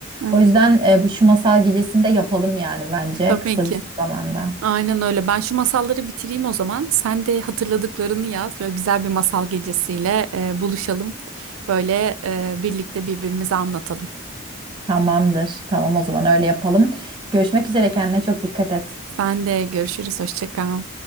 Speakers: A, on the right; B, on the right.
A: Evet.
B: O yüzden e, bu şu masal gecesini de yapalım yani bence
A: Tabii
B: kısa
A: ki.
B: bir zamanda.
A: Aynen öyle. Ben şu masalları bitireyim o zaman. Sen de hatırladıklarını yaz. Böyle güzel bir masal gecesiyle e, buluşalım. Böyle e, birlikte birbirimize anlatalım.
B: Tamamdır. Tamam o zaman öyle yapalım. Görüşmek üzere kendine çok dikkat et.
A: Sen de görüşürüz. Hoşça kal.